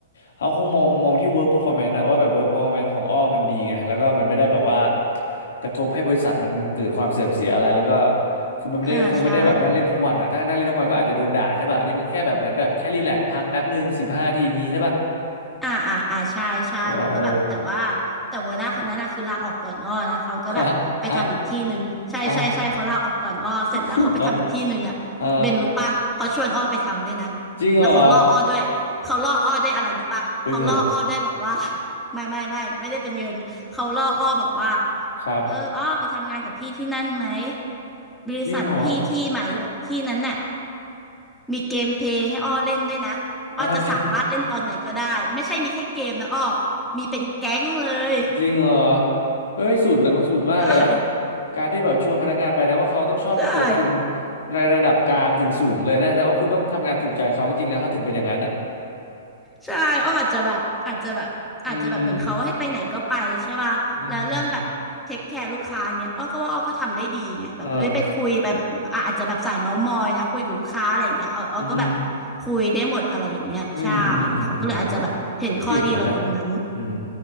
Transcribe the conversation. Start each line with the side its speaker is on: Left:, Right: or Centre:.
Left: เขาคงมองมองที่ work performance อะว่าแบบ work performance ของอ้อมันดีไงแล้วก็มันไม่ได้แบบว่ากระทบให้บริษัทมันเกิดความเสื่อมเสียอะไรแล้วก็คือมันไม่ได้คงไม่ได้แบบนั่งเล่นทั้งวันอะถ้านั่งเล่นทั้งวันก็อาจจะโดนด่าใช่ป่ะอันนี้มันแค่แบบเหมือนแบบแค่รีแลกซ์พักแป๊บหนึ่งสิบห้าทีอย่างงี้ใช่ป่ะ
Centre: อ่าใช่ อ่าอ่าอ่าใช่ใช่แล้วก็แบบแต่ว่า
Left: ใช่ไหมเออ
Centre: แต่หัวหน้าคนนั้นนะคือลาออกก่อนอ้อนะเขาก็แบบไปทำอีกที่หนึ่งใช่ใช่ใช่เขาลาออกก่อนอ้อเสร็จแล้วเขาไปทำอีกที่หนึ่งอ่ะเบนรู้ปะเขาชวนอ้อไปทำด้วยนะ
Left: ฮะฮะเอาสุดนะเออจริงเหรอ
Centre: แล้วเขาล่ออ้อด้วยเขาล่ออ้อด้วยอะไรรู้ปะเขาล่ออ้อด้วยบอกว่า
Left: ด้วยเงิน
Centre: <laughs> ไม่ไม่ไม่ไม่ได้เป็นเงินเขาล่ออ้อบอกว่า
Left: ครับ
Centre: เอออ้อไปทำงานกับพี่ที่นั่นไหมบริษัทพี่ที่ใหม่อะที่นั้นน่ะ
Left: จริงเหรอ
Centre: มีเกมเพลย์ให้อ้อเล่นด้วยนะ
Left: เอาจริง
Centre: อ้อจะสามารถเล่นตอนไหนก็ได้ไม่ใช่มีแค่เกมนะอ้อมีเป็นแก๊งเลย
Left: จริงเหรอเฮ้ยสุดเลยมาสุดมากเลยนะ
Centre: ใช่
Left: การที่แบบชวนพนักงานไปนะว่าเขาต้องชอบในตัวคุณ
Centre: ใช่
Left: ในระดับกลางถึงสูงเลยนะแต่ว่าคุณต้องทำงานถูกใจเขาจริงๆนะเขาถึงเป็นอย่างนั้นอ่ะ
Centre: ใช่อ้ออาจจะแบบอาจจะแบบอาจจะแบบเหมือนเขาให้ไปไหนก็ไปใช่ป่ะแล้วเรื่องแบบเทคแคร์ลูกค้าเงี้ยอ้อก็ว่าอ้อก็ทำได้ดีไงแบบเอ้ยไปคุยไปแบบอ่ะอาจจะแบบสายเมาท์มอยนะคุยกับลูกค้าอะไรอย่างเงี้ยเอออ้อก็แบบ
Left: อืมอืมเอออืม
Centre: คุยได้หมดอะไรอย่างเงี้ยใช่
Left: อืมอืมอืมอืมเก่งมาก
Centre: เขาก็เลยอาจจะแบบเห็นข้อดีเราตรงนั้น
Left: เก่งไว้นะอืม